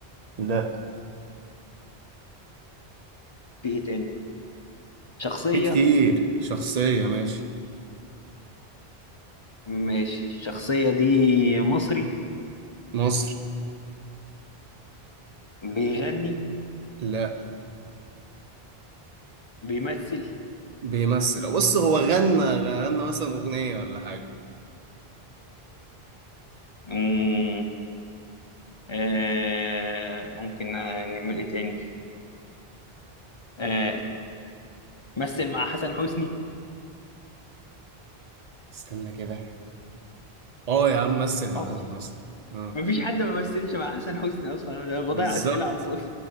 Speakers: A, on the right; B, on the left.
A: لا
B: في ايه تاني شخصية
A: في كتير شخصية ماشي
B: ماشي الشخصية دي مصري
A: مصري
B: بيغني
A: لا
B: بيمثل
A: بيمثل بص هو غنى غنى مثلا أغنية ولا حاجة
B: مم. آه ممكن نعمل ايه تاني آه مثل مع حسن حسني
A: استنى كده اه يا عم مثل مع
B: اه
A: حسن حسني اه
B: مفيش حد ما مثلش مع حسن حسني اصلا انا بضيع
A: بالظبط
B: اسئله على الفاضي